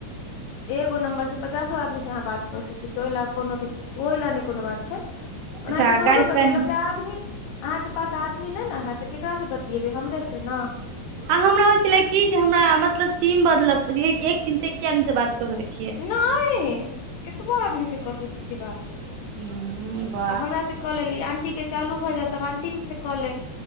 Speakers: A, on the left; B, on the right.
A: एगो नम्बर से पचासो आदमी से अहाँ बात कऽ सकैत छी ओहि लए कोनो दिक् ओहि लए नहि कोनो बात हय। ओनाहि
B: अच्छा
A: तऽ तऽ
B: काल्हि
A: होबे कर
B: कनि
A: छै लोक के आदमी अहाँके पास आदमी नहि ने हय तऽ केकरास से बतियेबै हमरे से ना।
B: आ हमरा होइ छलै की जे हमरा मतलब सीम बदलऽ एक सीम से एके आदम से बात कऽ सकैत छियै।
A: नै कतबो आदमी से कऽ सकै छियै बात।
B: हू <inaudible>
A: आब हमरा से कऽ लेली आंटी के चालू भऽ जायत तब आंटी से कऽ लेब।